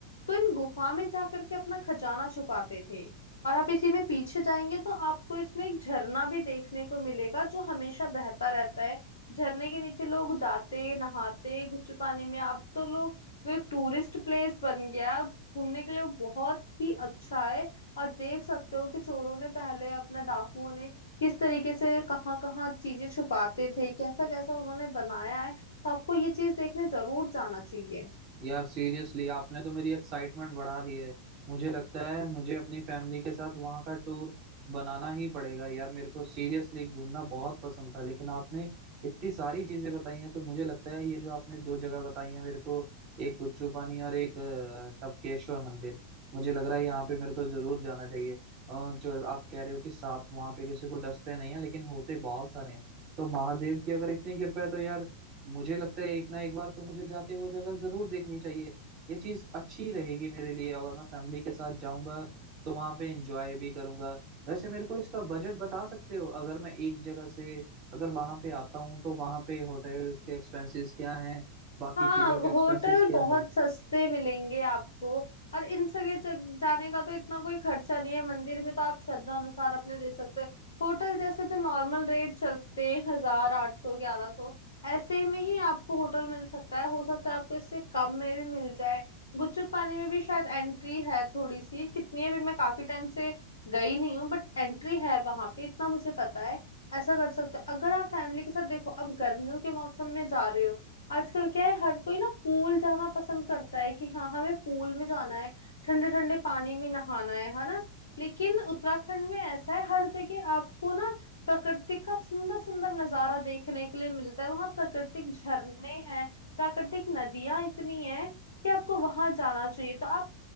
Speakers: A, on the left (about 55°); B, on the right (about 40°).
A: तो इन गुफा में जा करके अपना खजाना छुपाते थे और आप इसी में पीछे जाएंगे तो आपको इसमें एक झरना भी देखने को मिलेगा जो हमेशा बहता रहता है झरने के नीचे लोग जाते नहाते गुच्छे पानी में अब तो लोग वो एक टूरिस्ट प्लेस बन गया है। घूमने के लिए वो बहुत ही अच्छा है और देख सकते हो कि चोरों ने पहले अपना डाकुओं ने किस तरीके से कहाँ कहाँ चीजें छुपाते थे कैसा कैसा उन्होंने बनाया है तो आपको ये चीज देखने जरूर जाना चाहिए
B: यार सीरियसली आपने तो मेरी एक्साइटमेंट बढ़ा दी है मुझे लगता है मुझे अपनी फैमिली के साथ वहां का टूर बनाना ही पड़ेगा यार मेरे को सीरियसली घूमना बहुत पसंद था लेकिन आपने इतनी सारी चीजें बताई हैं तो मुझे लगता है ये जो आपने दो जगह बताई हैं मेरे को एक गुच्चू पानी और एक अ, टपकेश्वर मंदिर मुझे लग रहा है यहाँ पे मेरे को जरूर जाना चाहिए अ, जो आप कह रहे हो कि सांप वहां पे किसी को डसते नहीं है लेकिन होते बहुत सारे हैं तो महादेव की अगर इतनी कृपा है तो यार मुझे लगता है एक ना एक बार तो मुझे जाके वो जगह जरूर देखनी चाहिए ये चीज अच्छी रहेगी मेरे लिए अगर मैं फैमिली के साथ जाऊंगा तो वहां पे एंजॉय भी करूंगा वैसे मेरे को इसका बजट बता सकते हो अगर मैं एक जगह से अगर वहां पे आता हूँ तो वहां पे होटल्स के एक्सपेंसेस क्या हैं बाकी
A: हाँ
B: चीजों के एक्सपेंसेस
A: होटल
B: क्या
A: बहुत
B: है
A: सस्ते मिलेंगे आपको और इन सगे जग- जाने का तो इतना कोई खर्चा नहीं है मंदिर में तो आप श्रद्धा अनुसार अपने दे सकते हैं होटल जैसे जो नॉर्मल रेट चलते हैं हजार आठ सौ ग्यारह सौ ऐसे में ही आपको होटल मिल सकता है हो सकता है आपको इससे कम में भी मिल जाए गुपचुप पानी में भी शायद एंट्री है थोड़ी सी कितनी है भी मैं काफी टाइम से गई नहीं हूँ बट एंट्री है वहां पे इतना मुझे पता है ऐसा कर सकते हो अगर आप फैमिली के साथ देखो अब गर्मियों के मौसम में जा रहे हो आजकल क्या है हर कोई ना पूल जाना पसंद करता है कि हाँ हमें पूल में जाना है ठंडे ठंडे पानी में नहाना है है ना लेकिन उत्तराखंड में ऐसा है हर जगह आपको ना प्रकृति का सुंदर सुंदर नजारा देखने के लिए मिलता है वहां प्राकृतिक झरने हैं प्राकृतिक नदियां इतनी हैं कि आपको वहां जाना चाहिए तो आप